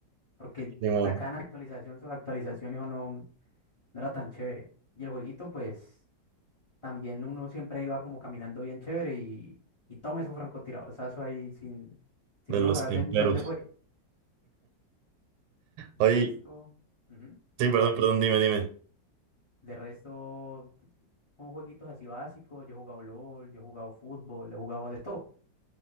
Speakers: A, on the left; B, on the right.
A: porque
B: Simón,
A: sacaban actualización sobre actualización y eso no, no era tan chévere. Y el jueguito, pues... también uno siempre iba como caminando bien chévere y, y tome su francotiradorzazo ahí sin, sin
B: de los
A: uno saber
B: temperos.
A: de- ni dónde fue. De
B: Oye,
A: resto, ujú,
B: sí,
A: contámelo.
B: perdón, perdón, dime, dime.
A: De resto, con jueguitos así básicos, yo he jugado LOL, yo he jugado fútbol, he jugado de todo.